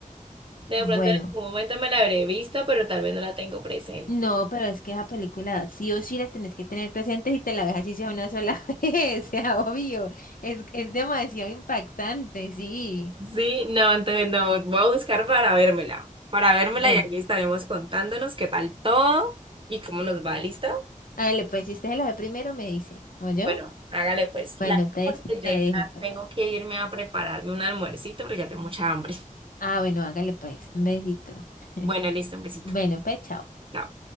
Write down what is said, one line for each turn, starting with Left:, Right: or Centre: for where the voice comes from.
Right: De
Left: Bueno,
Right: pronto en algún momento me la habré visto, pero tal vez no la tengo presente.
Left: no, pero es que esa película sí o sí la tenés que tener presente si te la ves así sea una sola <laughs> vez, sea obvio. Es, es demasiado impactante, sí.
Right: Sí, no, entonces no, voy a buscar para vérmela, para vérmela
Left: Bueno,
Right: y ahí estaremos contándonos qué tal todo y cómo nos va, ¿listo?
Left: hágale pues, si usted se la ve primero me dice, ¿o yo?
Right: Bueno, hágale pues,
Left: Bueno,
Right: la
Left: entonces
Right: porque
Left: te
Right: yo
Left: dejo
Right: ya
Left: pues.
Right: tengo que irme a prepararme un almuercito porque ya tengo mucha hambre.
Left: Ah, bueno, hágale pues, un besito. <laughs>
Right: Bueno, listo, un besito.
Left: Bueno, pues, chao.
Right: Chao.